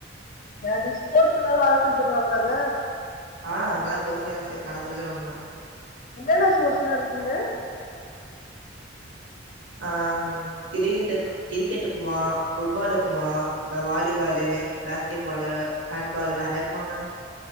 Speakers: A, on the left; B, on the right.
A: எதாது ஸ்போட்ஸுலா நல்லா சொல்லி தருவாங்கலாங்க
B: ஆ நல்லா கோச்சிங்கலா சேத் நல்லா சொல்லி தருவங்க
A: என்னென்ன ஸ்போட்ஸுலா இருக்குங்க
B: ஆங் கிரிகிடெக்கு கிரிக்கெட்ருக்குமா ஃபுட்பால் இர்க்குமா இந்த வாலிபாலு பாஸ்கெட் பாலு ஹேன்பாலு நெறையா இர்க்குமாங்க